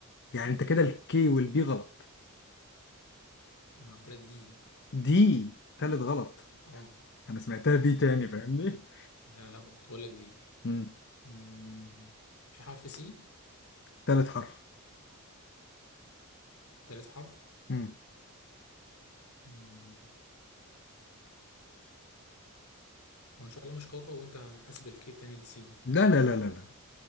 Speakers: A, on the left; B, on the left.
A: يعني انت كده الكي والبي غلط
B: ما أنا قلت لك دي
A: دي تالت غلط
B: اه
A: انا سمعتها بي تاني
B: مم،
A: فاهمني
B: لا لا كنت بقول لك دي
A: مم.
B: مم، في حرف سي
A: تالت حرف
B: تالت حرف
A: مم.
B: مم، هو إن شاء الله مش كاكا وأنت حاسب الكي التاني دي سي
A: لا لا لا لا لا